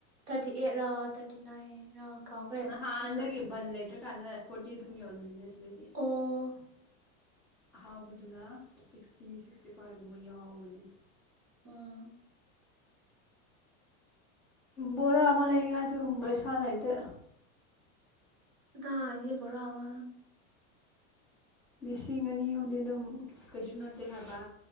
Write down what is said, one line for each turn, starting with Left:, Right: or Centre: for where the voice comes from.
Right: ꯊꯥꯔꯇꯤꯑꯦꯠ ꯔ ꯊꯥꯔꯇꯤꯅꯥꯏꯟ ꯔ ꯀꯥꯎꯈ꯭ꯔꯦ
Centre: ꯅꯍꯥꯟꯗꯒꯤ
Right: ꯑꯗꯨꯁꯨ
Centre: ꯕꯟ ꯂꯦꯇ꯭ꯔ ꯀꯥꯟꯗ ꯐꯣꯔꯇꯤ ꯑꯗꯨꯝ ꯌꯣꯜꯂ ꯅꯣꯗꯥꯁꯦ ꯑꯗꯨꯒꯤ
Right: ꯑꯣ
Centre: ꯑꯍꯥꯎꯕꯗꯨꯅ ꯁꯤꯛꯁꯇꯤ ꯁꯤꯛꯁꯇꯤ ꯐꯥꯏꯚ ꯒꯨꯝꯕ ꯌꯥꯎꯕꯅꯦ
Right: ꯎꯝ
Centre: ꯕꯣꯔꯥꯥ ꯑꯃ ꯂꯩꯔꯤꯉꯩ ꯁꯤꯒꯨꯝꯕ ꯁ ꯂꯩꯇꯦ
Right: ꯀꯗꯥꯢ ꯗꯒꯤ ꯕꯣꯔꯥꯋꯥꯅ
Centre: ꯂꯤꯁꯤꯡ ꯑꯅꯤ ꯑꯍꯨꯝꯗꯤ ꯑꯗꯨꯝ ꯀꯩꯁꯨ ꯅꯠꯇꯦ ꯍꯥꯏꯕ